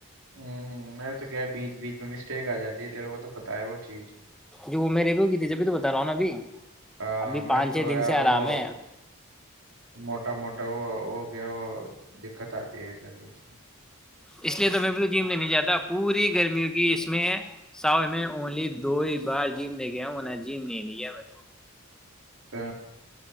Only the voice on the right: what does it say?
ہوں میں تو گیا بیچ بیچ میں م ٹیک آ جاتی ہے تیرے کو تو پتاہ ہے وہ چیز
ہ
م
تو
یار
وہ
موٹا موٹا وہ ہو گیا وہ کتا ت جنیچ
ہ